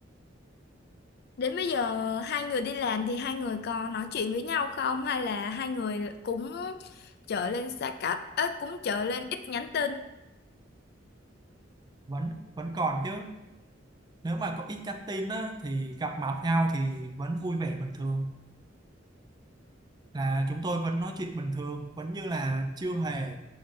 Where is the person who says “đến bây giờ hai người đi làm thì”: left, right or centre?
Left